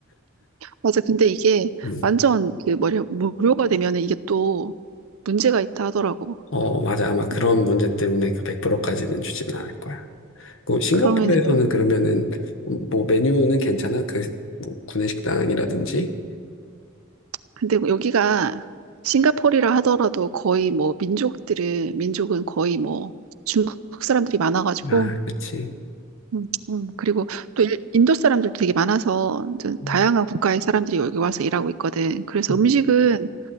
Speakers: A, on the right (about 80°); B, on the left (about 65°).
A: 맞아. 근데 이게
B: 음.
A: 완전 그 뭐냐 무료가 되면은 이게 또 문제가 있다 하더라고.
B: 어, 맞아. 아마 그런
A: 응.
B: 문제 때문에 그 100%까지는 주지는 않을 거야. 그 싱가포르에서는
A: 그러면은
B: 그러면은, 뭐 메뉴는 괜찮아? 그, 뭐 구내식당이라든지?
A: 근데 여기가 싱가포르라 하더라도 거의 뭐 민족들은 민족은 거의 뭐 중국 사람들이 많아가지고
B: 아, 그치.
A: 음, 음. 그리고 또 일- 인도 사람들도 되게 많아서 이제
B: 음,
A: 다양한 국가의 사람들이 여기 와서 일하고 있거든. 그래서
B: 음,
A: 음식은